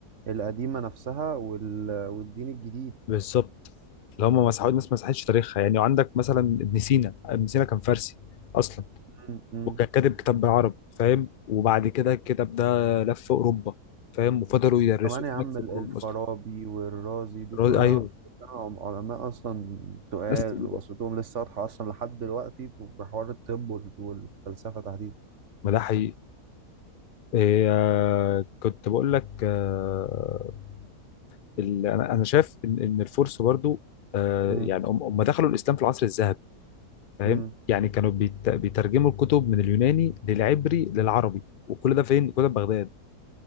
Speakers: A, on the right; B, on the left.
A: القديمه نفسها وال... والدين الجديد
B: بالظبط اللي هم مسحوا ناس ما مسحتش تاريخها يعني وعندك مثلا ابن سينا ابن سينا كان فارسي اصلا
A: امم
B: وكان كاتب كتاب بالعربي فاهم وبعد كده الكتاب ده لف اوروبا فاهم وفضلوا يدرسوه
A: كمان يا عم
B: هناك في
A: ال-
B: قرون
A: الفارابي
B: اصلا
A: والرازي دي
B: الراجل-
A: كلها
B: ايوه
A: كلها علماء أصلا تقال
B: ناس تقيله
A: وصوتهم لسه واضحة أصلا لحد دلوقتي في في حوار الطب وال- والفلسفة تحديدا
B: ما ده حقيقي إيه آه كنت بقول لك آه ال- انا انا شايف ان ان الفرس برضو آه
A: مم.
B: يعني هم هم دخلوا الاسلام في العصر الذهبي فاهم
A: مم.
B: يعني كانوا بيت- بيترجموا الكتب من اليوناني للعبري للعربي وكل ده فين كل ده في بغداد